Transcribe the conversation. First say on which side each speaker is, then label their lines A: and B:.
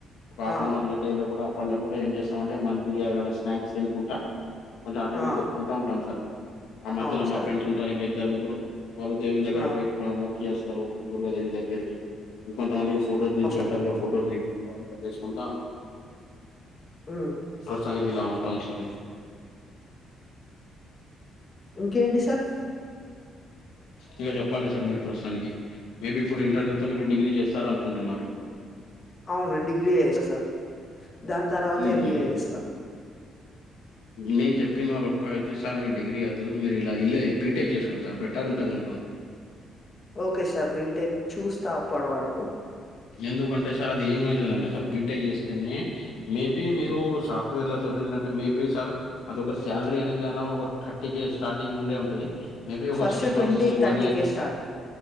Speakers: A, on the left; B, on the left.
A: ఒక హాఫ్
B: ఆ
A: అన్ అవర్ లేట్ కూడా అప్పట్లో కూడా ఏం చేస్తామంటే మంచూరియా ఏమైనా స్నాక్స్ తికుంటా కొంచెం అటు ఇటు
B: ఆ
A: తిరుగుకుంటూ ఉంటాం. సార్ ఆ మధ్యలో
B: అవును సార్
A: మా ఫ్రెండ్స్ ఉంటారు. ఇంకా ఇద్దరు ముగ్గురు వాళ్ళు దేవుని దగ్గర
B: ఆ
A: పోయి మొక్కి అస్తారు. దుర్గాదేవి దగ్గరికి కొంతమంది ఫోటో దించ
B: అవును సార్
A: అంటారుగా ఫోటో తీిారు అంతా చేసుకుంటా
B: అ
A: ప్రస్తుతానికి ఇలా ఉంటాం సార్
B: ఇంకేంటి సార్
A: ఇంక చెప్పాలి సార్ మీరు ప్రస్తుతానికి మేబి ఇప్పుడు ఇంటర్ తవాత మీరు డిగ్రీ చేస్తారు అనుకుంటున్నారు.
B: అవును డిగ్రీ చేస్తా సార్ దాని తర్వాత
A: ఈ-
B: ఎంబీఏ చేస్తా.
A: నేను చెప్పిన వాళ్ళు ఒక్క అయితే సార్ మీరు డిగ్రీ కాద్దు మీరు ఇలా ఇల్ బీటెక్ చేసుకోండి సార్ బెటర్ ఉంటుంది. అంటున్నా
B: ఓకే సార్ బీటెక్ చూస్తా అప్పడి వరకు
A: ఎందుకంటే సార్ అది ఏమవుతుంది అంటే సార్. బి టేక్ చేస్తేనే మేబీ మీరు సాఫ్ట్వేర్ లో సోరంటే మేబీ సార్ అది ఒక శాలరీ అనేది అలా ఒక థర్టీ కే స్టార్టింగ్ నుండడి ఉంటది. మేబి ఒక
B: first
A: six
B: twenty
A: months
B: thirty
A: one ఇయర్స్
B: కే స్టార్ట్